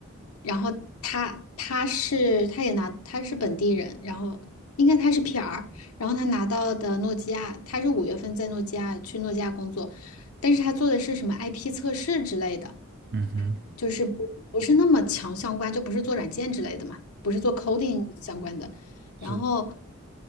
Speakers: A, on the left; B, on the right.
A: 然后他他是他也拿他是本地人，然后应该他是 PR，然后他拿到的诺基亚，他是五月份在诺基亚去诺基亚工作，但是他做的是什么 IP 测试之类的，
B: 嗯哼，
A: 就是不不是那么强相关，就不是做软件之类的嘛，不是做 coding 相关的，然后
B: 是。